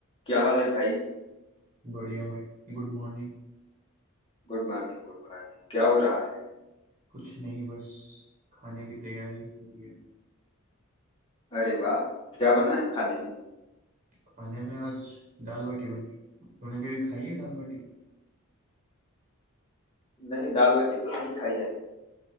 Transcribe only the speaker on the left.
क्या हाल है भाई
गुड मॉर्निंग गुड मॉर्निंग क्या हो रहा है
अरे वाह क्या बना है खाने में
नहीं दाल बाटी तो नहीं खाई है